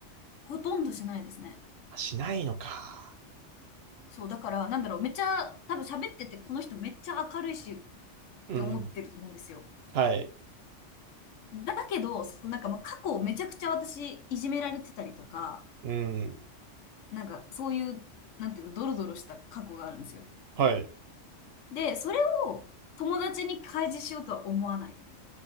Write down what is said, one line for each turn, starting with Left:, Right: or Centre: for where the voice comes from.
Left: ほとんどしないですね。
Right: あ、しないのか。
Left: そう、だから、なんだろう、めっちゃ、多分喋ってて、この人めっちゃ明るいしっ
Right: うん。
Left: て思ってると思うんですよ。
Right: はい。
Left: だけど、そのなんか、まあ、過去めちゃくちゃ私、いじめられてたりとか、
Right: うん。
Left: なんか、そういう、なんていうの、ドロドロした過去があるんですよ。
Right: はい。
Left: で、それを友達に開示しようとは思わない。